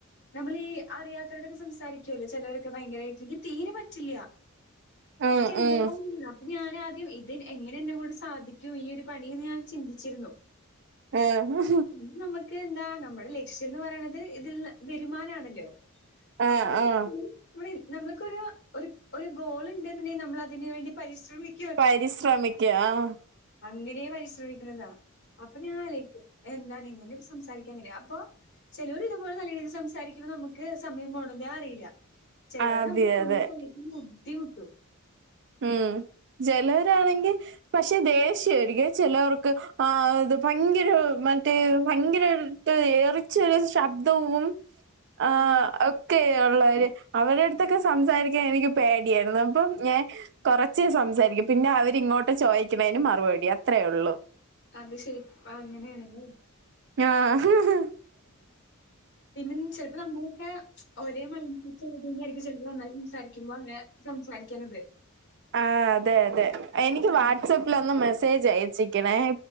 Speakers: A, on the left; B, on the right.
A: നമ്മൾ ഈ അറിയാത്തവരടൊക്കെ സംസാരിക്കൊല്ലോ ചെലോരൊക്കെ ഭയങ്കരമായിട്ട് ഇൻക്ക് തീരെ പറ്റില്ല
B: ആഹ്
A: എനിക്ക് എത്നൊ
B: ആഹ്
A: ഒര് ഇതാ ഞാനാദ്യം ഇത് എങ്ങനെ എന്നെ കൊണ്ട് സാധിക്കും ഈ ഒരു പണിന്ന് ഞാൻ ചിന്തിച്ചിരുന്നു
B: ആഹ്
A: ഇ നമുക്ക് എന്താ നമ്മുടെ ലക്ഷ്യം എന്ന് പറയണത് ഇതിൽ വെരുമാനമാണല്ലോ
B: ആഹ്
A: അപ്പൊൾ
B: ആഹ്
A: നമ്മ നമ്മക്കൊരു ഒരു ഗോളുണ്ട്ന്ന്ണ്ടെകി നമ്മൾ അതിന് വേണ്ടി പരിശ്രമിക്കും
B: പരിശ്രമിക്കാ ആഹ്
A: അങ്ങനെയ പരിശ്രമിക്കുന്നതാ അപ്പൊ ഞാൻ ആലേക്കും എന്താണ് ഇങ്ങനെ സംസാരിക്കാം അങ്ങനെയാ അപ്പൊ ചെലോർ ഇതുപോലെ നല്ല രീതിൽ സംസാരിക്കുമ്പോ നമുക്ക് സമയം പോണത് അറിയില്ല ചെലർ
B: അതെ
A: നമ്മക്ക് സമയം
B: അതെ
A: തന്നിക്കും ബുദ്ധിമുട്ടു
B: ഉം ചെലരാണെങ്കിൽ പക്ഷെ ദേഷ്യായിരിക്ക ചെലോർക്ക് ആ ഇത് ഭയങ്കര മറ്റേ ഭയങ്കര ഏറിച്ചൊരു ശബ്ദവും ആ
A: ഓ
B: ഹ്ഒക്കെ ഉള്ളവര് അവരുടുത്തൊ തൊക്കെ സംസാരിക്കാൻ എനിക്ക് പേടിയായിരുന്നു അപ്പം ഞാൻ കൊറച്ചെ സംസാരിക്കും പിന്നെ അവരിങ്ങോട്ട് ചോയിക്കാനേന് മറുപടി അത്രയേ ഒള്ളു
A: അത് ശരി പ്പ അങ്ങനെയാണല്ലേ
B: ആഹ് ആഹ്
A: പിന്നെ ചെിലപ്പോ നമ്മളൊക്കെ ഒരേ മൈൻ ഒന്നിച്ചെഴുതുമ്പോ ചെലപ്പോ നന്നായി സംസാരിക്കുമ്പോ അങ്ങനെ സംസാരിക്കണത്
B: ആഹ് അതെ അതെ എനിക്ക്
A: ഉം.
B: വാട്സആപ്പിൽ ഒന്ന് മെസ്സേജ് അയച്ചക്കണേ